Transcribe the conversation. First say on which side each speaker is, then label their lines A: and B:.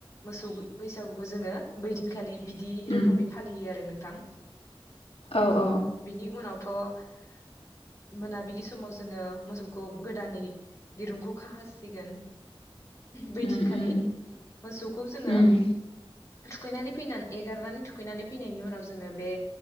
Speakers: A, on the left (about 30°); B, on the left (about 80°).
A: मोसौ बैसागुखौ जोंङो बैदिनखालि बिदि
B: उम
A: रोखोमै फालियो आरो नों थां
B: औ औ
A: बिनि उनाव थ <inaudible> मोनाबिलि समाव जोङो मोसौखौ गोदानै दिरुंखौ खाहासिगोन बैदिनखालि
B: उम उम
A: मोसौखौ जोङो
B: उम
A: थुखैनानै फैनानै एगारनानै थुखैनानैै फैनायनि उनाव जोङो बे